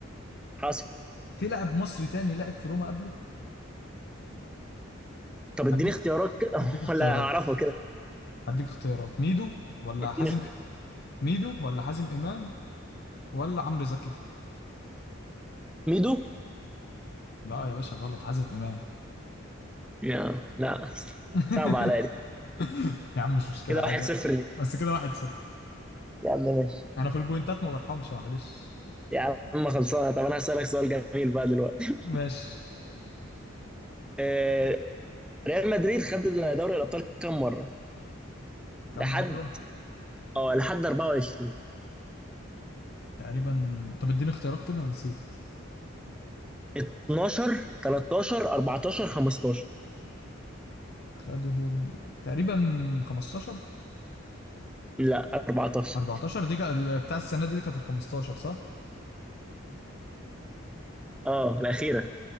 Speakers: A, in the centre; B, on the left (about 50°).
A: حصل
B: في لاعب مصري تاني لعب في روما قبله
A: طب اديني
B: هديك
A: اختيارات كده <laughs>
B: هديك اختيارات
A: ولا هعرفه كده
B: هديك اختيارات ميدو ولا
A: اديني
B: حازم
A: اختيارات
B: ميدو ولا حازم امام ولا عمرو زكي
A: ميدو
B: لا يا باشا غلط حازم امام
A: يا لا
B: <laughs>
A: صعب عليا دي
B: <laughs> يا عم مش مشكلة
A: كده
B: عادي
A: واحد صفر ليه
B: بس كده واحد صفر
A: يا عم ماشي
B: أنا في البوينتات ما برحمش معلش
A: يا عم خلصانه طب انا هسألك سؤال جميل بقى دلوقتي
B: ماشي
A: آه، ريال مدريد خد دوري الابطال كام مره
B: كم
A: لحد
B: مرة
A: اه لحد 24
B: تقريبا طب اديني اختيارات كده نسيت
A: 12 13 14 15
B: خدهم تقريبا 15
A: لا 14
B: 14 دي كانت بتاع السنة دي دي كانت ال 15 صح؟
A: اه الاخيره